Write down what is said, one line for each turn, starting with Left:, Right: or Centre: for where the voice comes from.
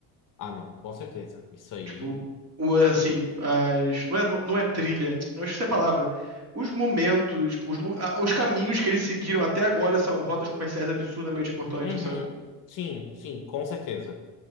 Left: Ah, não, com certeza. Isso aí...
Right: Tipo, o- assim, as, não é, não é trilha, eu acho que essa é a palavra. Os momentos, tipo, os, lu- a- os caminhos que eles seguiram até agora são rotas comerciais absurdamente importantes,
Left: Uhum.
Right: sabe?
Left: Sim, sim, com certeza.